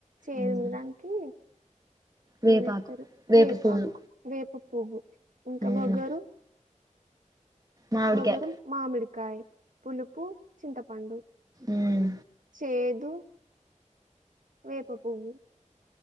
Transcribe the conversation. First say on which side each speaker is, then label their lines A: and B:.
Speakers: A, on the right (about 80°); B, on the right (about 30°).
A: చేదు
B: ఉమ్
A: దానికి
B: వేపాకు
A: ఏం ఎత్తరు
B: వేప
A: వేపాకు
B: పువ్వు
A: వేప పువ్వు ఇంకా
B: ఉమ్
A: వగరు
B: మామిడికాయ
A: వగరు మామిడి కాయ్ పులుపు చింతపండు.
B: ఉమ్
A: చేదు వేప పువ్వు